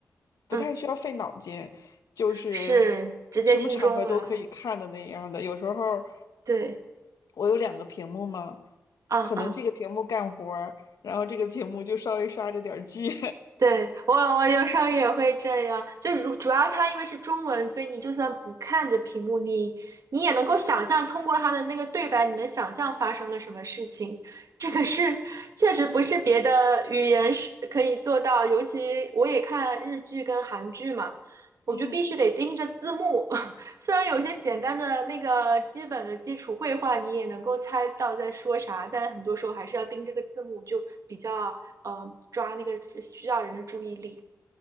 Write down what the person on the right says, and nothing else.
嗯。
是直接听中文，
对，
嗯嗯，
对，我我有时候也会这样，就如主要它因为是中文，所以你就算不看着屏幕，你你也能够想象通过它的那个对白，你能想象发生了什么事情。这个是确实不是别的语言是可以做到，尤其我也看日剧跟韩剧嘛，我就必须得盯着字幕，
<laughs> 虽然有些简单的那个基本的基础绘画你也能够猜到在说啥，但很多时候还是要盯这个字幕，就比较呃抓那个需要人的注意力。